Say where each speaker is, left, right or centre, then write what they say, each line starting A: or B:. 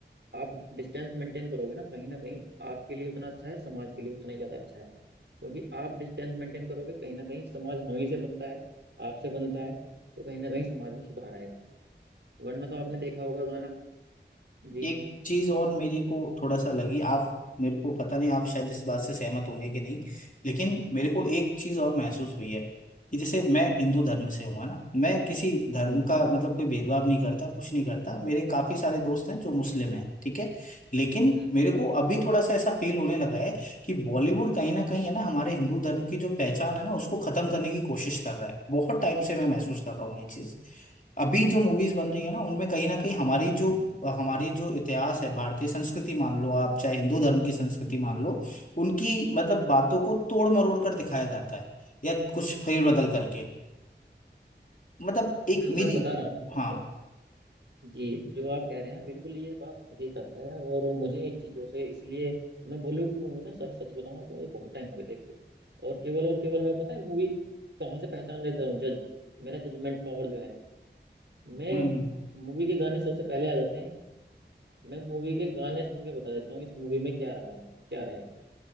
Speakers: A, on the right; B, on the left.
A: आप डिस्टेंस मेंटेन करोगे ना कहीं ना कहीं आपके लिए उतना अच्छा है समाज के लिए उतना ही ज्यादा अच्छा है क्योंकि आप डिस्टेंस मेंटेन करोगे कहीं ना कहीं समाज हम ही से बनता है आपसे बनता है तो कहीं ना कहीं समाज में सुधार आएगा वरना तो आपने देखा होगा गाना जी
B: एक चीज और मेरे को थोड़ा सा लगी आप मेरे को पता नहीं आप शायद इस बात से सहमत होंगे कि नहीं लेकिन मेरे को एक चीज और महसूस हुई है कि जैसे मैं हिंदू धर्म से हूँ है ना मैं किसी धर्म
A: हम्म
B: का मतलब कोई भेदभाव नहीं करता कुछ नहीं करता मेरे काफी सारे दोस्त हैं जो मुस्लिम हैं ठीक है लेकिन
A: हम्म
B: मेरे को अभी थोड़ा सा ऐसा फील होने लगा है कि बॉलीवुड कहीं ना कहीं है ना हमारे हिंदू धर्म की जो पहचान है ना उसको खत्म करने की कोशिश कर रहा है बहुत टाइम से मैं महसूस कर रहा हूँ ये चीज अभी जो मूवीज बन रही है ना उनमें कहीं ना कहीं हमारी जो
A: हम्म
B: हमारी जो इतिहास है भारतीय संस्कृति मान लो आप चाहे हिंदू धर्म की संस्कृति
A: हम्म
B: मान
A: हम्म।
B: लो उनकी मतलब बातों को तोड़ मरोड़ कर दिखाया जाता है या कुछ फेर बदल करके मतलब एक
A: मैं
B: मेरी
A: मैं बता रहा हूँ सर
B: हाँ
A: आपको जी जो आप कह रहे हैं बिल्कुल ये बात हकीकत है और मुझे इन चीज़ों से इसलिए मैं बॉलीवुड की मूवी ना सर सच बताऊं आपको ये बहुत टाइम हो गया देखे हुए। और केवल और केवल मैं पता है मूवी कहाँ से पहचान लेता हूँ जज मेरा जजमेंट पावर जो है मैं
B: हम्म
A: मूवी के गाने सबसे पहले आ जाते हैं मैं मूवी के गाने सुन के बता देता हूँ इस मूवी में क्या रहा है क्या रहेगा